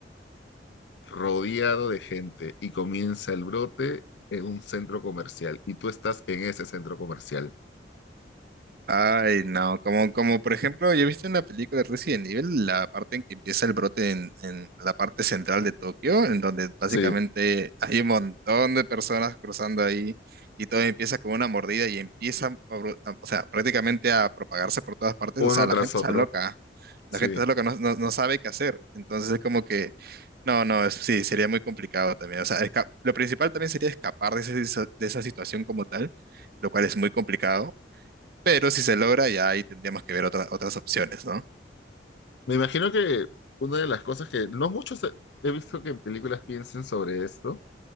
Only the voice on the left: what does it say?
rodeado de gente y comienza el brote en un centro comercial y tú estás en ese centro comercial.
Sí,
uno
tras
otro.
Sí.
Me imagino que una de las cosas que no muchos he he visto que en películas piensen sobre esto,